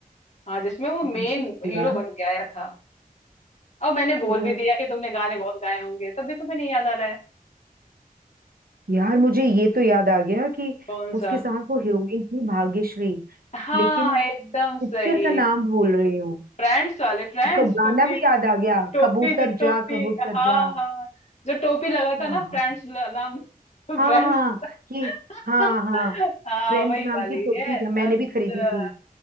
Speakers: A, on the left; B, on the right.
A: हाँ जिसमें वो
B: कौन
A: मेन
B: सी
A: हीरो
B: यार
A: बन के आया था और मैंने बोल
B: ओ
A: भी दिया कि तुमने गाने बहुत गाए होंगे तब भी तुम्हें नहीं याद आ रहा है
B: यार मुझे ये तो याद आ गया कि
A: कौन
B: उसके
A: सा
B: साथ वो हीरोइन थी भाग्यश्री
A: हाँ
B: लेकिन
A: एकदम सही
B: पिक्चर का नाम भूल रही हूँ
A: फ्रेंड्स वाले फ्रेंड्स
B: कब गाना
A: टोपी
B: भी याद आ गया
A: टोपी
B: कबूतर
A: तो टोपी
B: जा कबूतर
A: हाँ
B: जा
A: हाँ जो टोपी लगा
B: हाँ
A: था ना
B: हाँ
A: फ्रेंड्स नाम फ्रेंड्स
B: हाँ हाँ कि
A: <laughs>
B: हाँ हाँ
A: हाँ
B: फ्रेंड्स
A: वही
B: नाम
A: वाली
B: की टोपी
A: है अच्छा
B: घ- मैंने भी खरीदी थी